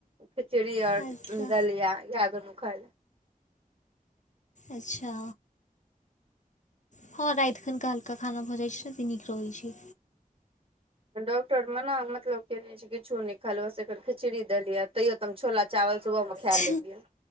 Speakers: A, on the right; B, on the left.
A: खिचड़ी आओर
B: अच्छा
A: दलिया इहै दुनू खाई लै।
B: अच्छा हँ राति खन क हल्का खाना भऽ जाइ छै न त नीक रहै छै।
A: डॉक्टर मना मतलब केने छै, किछो नहि खाय लऽ एकर खिचड़ी, देलिया तैयो हम छोला चावल सुबह मे खैए
B: छै
A: लेलियै।